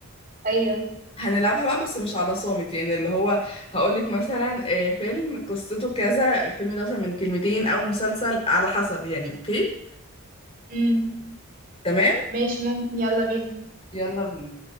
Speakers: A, on the right; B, on the left.
A: ايوه
B: هنلعبها بقى بس مش على صامت يعني اللي هو هقولك مثلا آه فيلم قصته كذا الفيلم ده مثلا من كلمتين أو مسلسل على حسب يعني أوكي؟
A: امم
B: تمام؟
A: ماشي ممكن يلا بينا
B: يلا بينا